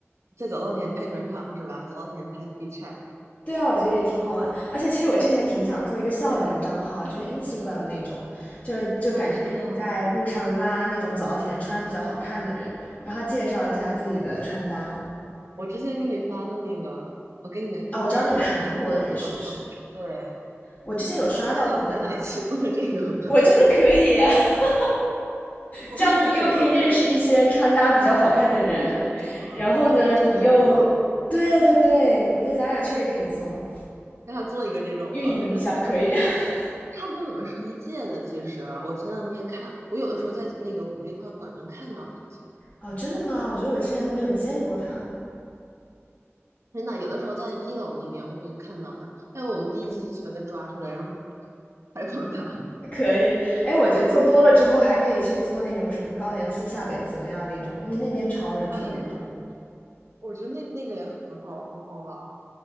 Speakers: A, on the right (about 70°); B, on the left (about 30°).
A: 在早稻田拍转场是吧？早稻田拍 f e e check。
B: 对啊，我觉得也挺好玩。而且其实我之前挺想做一个校园账号，就是 Instagram 那种，就是就感觉可以在路上拉那种早稻田穿比较好看的人，
A: 哦，我知道。
B: 让他介绍一下自己的穿搭。
A: 我之前给你发的那个，我给你跟么说的那个叫什么糖果吗对，
B: 啊，我知道那个韩国的人是不是？我之前有刷到过他，
A: 咱要不咱俩一起做这个吧？
B: 我觉得可以。<laughs>
A: <laughs> 我们一起做这个。
B: 这样你又可以认识一些穿搭比较好看的人，
A: 对呀，对呀，
B: 然后呢，
A: 交朋友，
B: 你又，对对对，我觉得咱俩确实可以做，
A: 咱俩做一个这种吧。
B: 运营一下可以，
A: 反正那个妹妹，
B: <laughs>
A: 她跟我们是一届的。的其其实实，我我我前两天看，看有的时候在那那个我们那块馆能看到她。
B: 哦，真的吗？我觉得我之前都没有见过他。
A: 嗯。真的，有的时候在一楼那边我会看到他，要不我们第一期就去把他抓出来，
B: 懂
A: 然后采访他，
B: <laughs> 可以。哎，我觉得做多了之后还可以去做那种什么高莲寺下北泽呀那种，
A: 不流利。
B: 因为那边潮人特别多，
A: 可以啊，我觉得那那个也很好，很好啊。